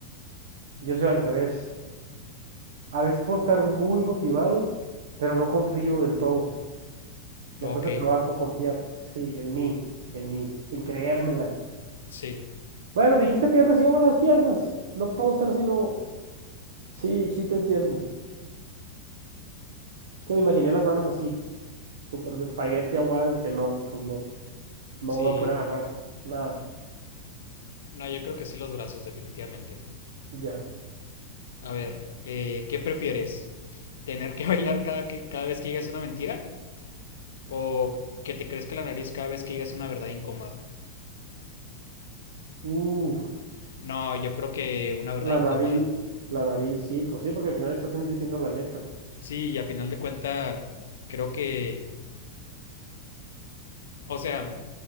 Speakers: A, on the right (about 60°); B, on the left (about 60°).
A: yo soy al revés. A veces puedo estar muy motivado, pero no confío del todo. Me
B: Ok,
A: cuesta trabajo confiar, sí, en mí, en mí, en creérmela.
B: sí,
A: Bueno, dijiste piernas y yo hago las piernas. No puedo estar sino... Sí, sí te entiendo. Es que me imaginé las manos así, súper de espagueti aguadas. Dije, no, pues no, no
B: sí.
A: voy a poder agarrar nada.
B: No, yo creo que sí los brazos, definitivamente.
A: Ya.
B: A ver, eh, ¿qué prefieres? ¿Tener que <laughs> bailar cada, que, cada vez que digas una mentira? ¿O que te crezca la nariz cada vez que digas una verdad incómoda?
A: Uf,
B: No, yo creo que una verdad
A: la
B: incómoda.
A: nariz, la nariz, sí, pues sí, porque al final estás diciendo la neta.
B: Sí, y a final de cuenta, creo que, o sea,